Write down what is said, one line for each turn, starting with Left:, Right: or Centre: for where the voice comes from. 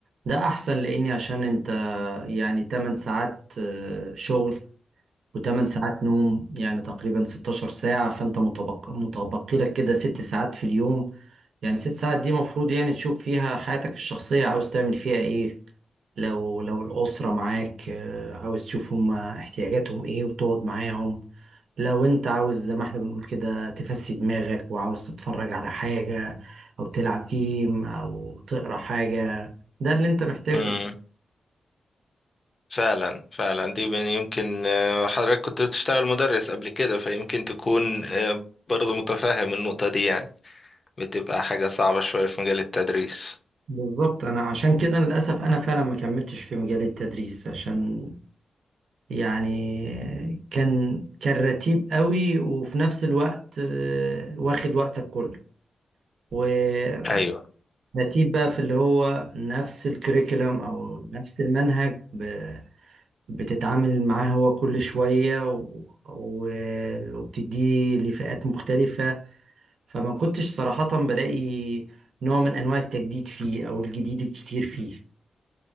Right: ده أحسن لأني عشان أنت يعني 8 ساعات آه، شغل وتمن ساعات نوم يعني تقريبا 16 ساعة فأنت متبقي متبقي لك كده ست ساعات في اليوم يعني ست ساعات دي مفروض يعني تشوف فيها حياتك الشخصية عاوز تعمل فيها إيه لو لو الأسرة معاك آه، عاوز تشوف هما احتياجاتهم إيه وتقعد معاهم لو أنت عاوز زي ما إحنا بنقول كده تفسي دماغك وعاوز تتفرج على حاجة أو تلعب جيم أو تقرأ حاجة ده اللي أنت محتاجه
Left: ايه؟ فعلا فعلا دي من- يمكن آه، حضرتك كنت بتشتغل مدرس قبل كده فيمكن تكون آه، برضو متفهم النقطة دي يعني بتبقى حاجة صعبة شوية في مجال التدريس
Right: بالظبط انا عشان كده للاسف انا فعلا ما كملتش في مجال التدريس عشان يعني كان كان رتيب قوي وفي نفس الوقت آه، واخد وقتك كله ورتيب
Left: ايوه
Right: بقى في اللي هو نفس الكريكولم او نفس المنهج ب- بتتعامل معاه هو كل شوية و- و- وبتديه لفئات مختلفة فما كنتش صراحة بلاقي نوع من انواع التجديد فيه او الجديد الكتير فيه